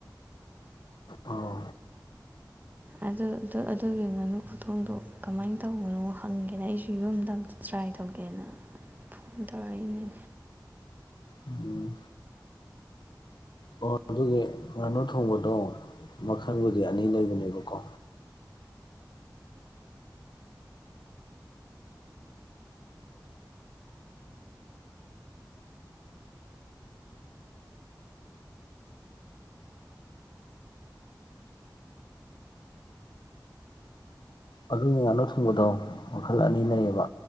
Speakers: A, on the left; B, on the right.
A: ꯑꯧ
B: ꯑꯗꯨ ꯑꯗꯨꯒꯤ ꯉꯥꯅꯨ ꯈꯨꯊꯣꯡꯗꯣ ꯀꯃꯥꯏꯅ ꯇꯧꯕꯅꯣ ꯍꯪꯒꯦꯅ ꯑꯩꯁꯨ ꯌꯨꯝꯗ ꯑꯝꯇ ꯇ꯭ꯔꯥꯏ ꯇꯧꯒꯦꯅ ꯐꯣꯟ ꯇꯧꯔꯛꯏꯅꯦ
A: ꯎꯝ ꯑꯣ ꯑꯗꯨꯒꯤ ꯉꯥꯅꯨ ꯊꯣꯡꯕꯗꯣ ꯃꯈꯜꯕꯨꯗꯤ ꯑꯅꯤ ꯂꯩꯕꯅꯦꯕꯀꯣ ꯑꯗꯨꯒꯤ ꯉꯥꯅꯨ ꯊꯣꯡꯕꯗꯣ ꯃꯈꯜ ꯑꯅꯤ ꯂꯩꯌꯦꯕ